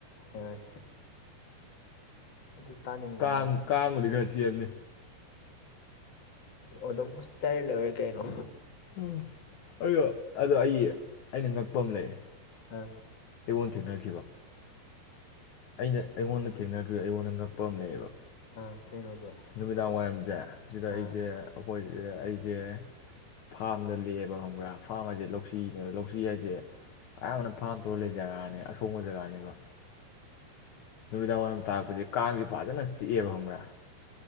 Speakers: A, on the left (about 35°); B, on the left (about 65°).
A: ꯍꯣꯏ ꯑꯗꯨ ꯇꯥꯅꯤꯡꯕꯅꯤꯅꯦ
B: ꯀꯥꯡ ꯀꯥꯡ ꯕꯨꯗꯤ ꯈꯔ ꯆꯤꯛꯑ ꯆꯦꯜꯃꯤ
A: ꯑꯣꯗꯣꯃꯁ ꯇꯩꯏꯔ ꯂꯣꯏꯔꯦ ꯀꯩꯩꯅꯣ
B: ꯎꯝ ꯑꯩ ꯑꯗꯣ ꯑꯩ ꯑꯩꯅ ꯉꯛꯄ ꯑꯃ ꯂꯩ
A: ꯑ
B: ꯑꯩꯉꯣꯟ ꯊꯦꯡꯅꯈꯤꯕ ꯑꯩꯅ ꯑꯩꯉꯣꯟꯗ ꯊꯦꯡꯅꯈꯤꯕ꯭ ꯑꯩꯉꯣꯟꯗ ꯉꯛꯄ ꯑꯃ ꯂꯩꯌꯦꯕ
A: ꯑꯥ ꯀꯩꯅꯣꯗꯣ
B: ꯅꯨꯃꯤꯗꯥꯡ ꯋꯥꯏꯔꯝꯁꯦ ꯁꯤꯗ ꯑꯩꯁꯦ
A: ꯑꯥ
B: ꯑꯩꯈꯣꯏ ꯑꯩꯁꯦ ꯐꯥꯔꯝꯗ ꯂꯦꯛꯑꯦꯕ ꯈꯪꯕ꯭ꯔꯥ ꯐꯥꯔꯝ ꯍꯥꯏꯁꯦ ꯂꯧꯁꯤꯅꯦꯕ ꯂꯧꯁꯤ ꯍꯥꯏꯁꯦ ꯑꯌꯥꯝꯕꯅ ꯐꯥꯝ ꯇꯧꯔ ꯂꯩ ꯖꯒꯥꯅꯦ ꯑꯁꯣꯡꯕ ꯖꯒꯥꯅꯦꯕ ꯅꯨꯃꯤꯗꯥꯡ ꯋꯥꯏꯔꯝ ꯇꯥꯔꯛꯄꯁꯦ ꯀꯥꯡꯁꯤꯦ ꯐꯖꯅ ꯆꯤꯛꯑꯦꯕ ꯈꯪꯕ꯭ꯔꯥ